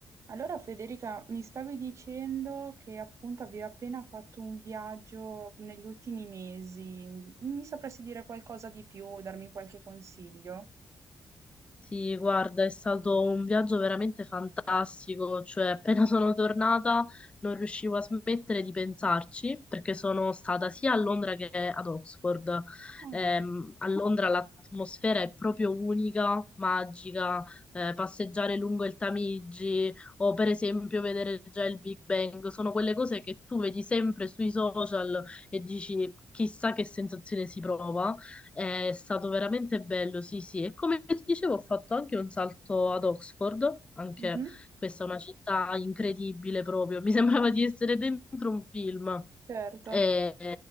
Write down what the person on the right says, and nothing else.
Allora Federica, mi stavi dicendo che appunto avevi appena fatto un viaggio negli ultimi mesi. Mi sapresti dire qualcosa di più o darmi qualche consiglio?
Ah,
mhm,
certo.